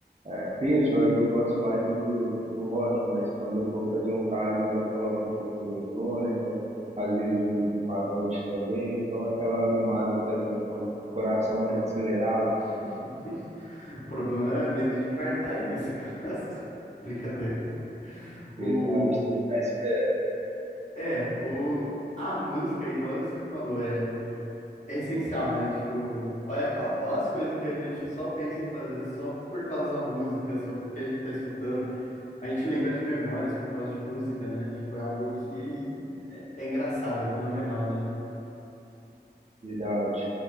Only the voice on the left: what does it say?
<laughs> O problema era medo de infartar aí nesse caso. <laughs> Brincadeira.
O...
É, o... a música, igual você falou, é, é essencial, né? Tipo, olha, olha as coisas que a gente só pensa em fazer só por causa da música, só porque a gente tá escutando. A gente lembra de memórias por causa de música, né? Tipo, é algo que é é engraçado, é fenomenal, né?